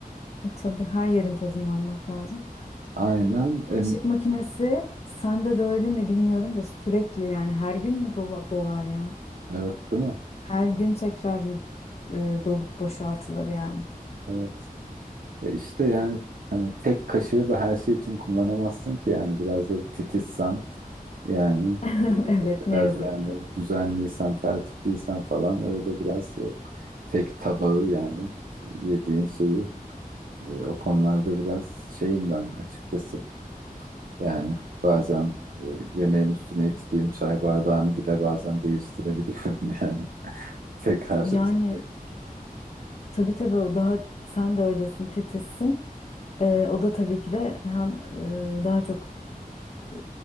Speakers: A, on the left; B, on the right.
A: E tabii her yerin tozunu almak lazım.
B: Aynen, en,
A: Bulaşık makinesi sende de öyle mi bilmiyorum da sürekli yani her gün mü dola- dolar ya?
B: evet değil mi?
A: Her gün tekrar mı e, dolup boşaltılır yani?
B: Evet. E işte yani hani tek kaşığı da her şey için kullanamazsın ki yani biraz da titizsen yani
A: <laughs>
B: e,
A: Evet ne
B: biraz
A: yazık
B: yani
A: ki.
B: düzenliysen, tertipliysen falan öyle biraz o tek tabağı yani yediğin şeyi E, o konularda biraz şeyim ben açıkçası. Yani bazen e, yemeğin üstüne içtiğim çay bardağını bile bazen değiştirebiliyorum <laughs> yani. Tekrar
A: Yani
B: içerim.
A: tabii tabii o daha sen de öylesin titizsin. E, o da tabii ki de hem e, daha çok e,